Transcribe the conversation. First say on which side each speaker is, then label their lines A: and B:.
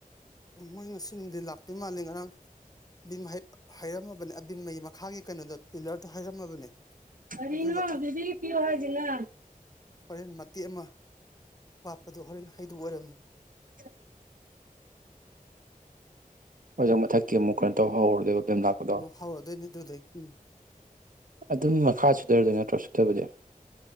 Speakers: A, on the left; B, on the right.
A: ꯃꯣꯏ ꯉꯁꯤ ꯅꯨꯡꯗꯤꯜ ꯂꯥꯛꯇꯨꯏ ꯃꯥꯜꯂꯦ ꯉꯔꯥꯡ ꯕꯤꯝ ꯍꯩ ꯍꯩꯔꯝꯃꯕꯅꯦ ꯑꯕꯤꯝ ꯑꯌꯦ ꯃꯈꯥꯒꯤ ꯀꯩꯅꯣꯗꯣ ꯄꯤꯂꯔꯗꯣ ꯍꯩꯔꯝꯃꯕꯅꯦ
B: ꯀꯔꯤꯅꯣ
A: ꯑꯗꯨꯒ
B: ꯕꯦꯕꯤ ꯄꯤꯌꯣ ꯍꯥꯏꯁꯤꯅ
A: ꯍꯣꯔꯦꯟ ꯃꯇꯦꯛ ꯑꯃꯥ ꯋꯥꯠꯄꯗꯣ ꯍꯣꯔꯦꯟ ꯍꯩꯗꯧ ꯑꯣꯏꯔꯝꯃ‌ꯦ
B: <unintelligible> ꯑꯣꯖ ꯃꯊꯛ ꯀꯤꯃꯨꯛ ꯀꯩꯅ ꯇꯧ ꯍꯧꯔꯗꯣꯏꯕ ꯚꯤꯝ ꯂꯥꯛꯄꯗ‌ꯣ
A: ꯍꯧꯔꯗꯣꯏꯅꯦ ꯑꯗꯨꯗꯩ ꯎꯝ
B: ꯑꯗꯨꯝ ꯃꯈꯥ ꯁꯨꯊꯔꯗꯨꯏ ꯅꯠꯇ꯭ꯔꯣ ꯁꯨꯊꯕꯗꯤ